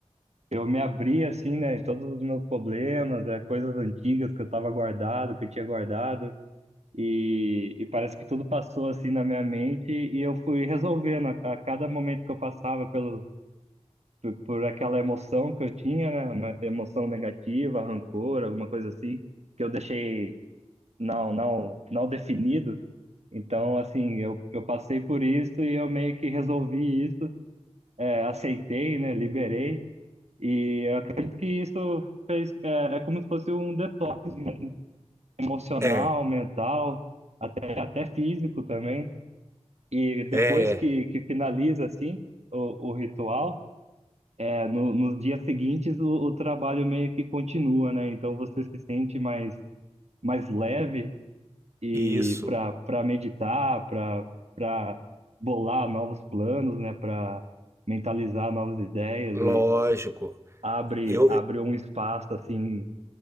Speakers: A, on the right; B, on the right.
A: Eu me abri assim, né, em todos os meus problemas, é, coisas antigas que eu tava guardado, que eu tinha guardado, e, e parece que tudo passou assim na minha mente e eu fui resolvendo a, a cada momento que eu passava pelo, por, por aquela emoção que eu tinha, né, uma emoção negativa, rancor, alguma coisa assim, que eu deixei não, não, não definido. Então, assim, eu, eu passei por isso e eu meio que resolvi isso, é, aceitei, né, liberei. E eu acredito que isso fez, é, é como se fosse um detox emocional,
B: É,
A: mental, até, até físico também. E depois
B: é,
A: que, que finaliza assim o, o ritual, é, no, nos dias seguintes o, o trabalho meio que continua, né? Então você se sente mais, mais leve e
B: isso,
A: para para meditar, para para bolar novos planos, né? Para mentalizar novas ideias
B: lógico.
A: e abre
B: Eu,
A: abre um espaço assim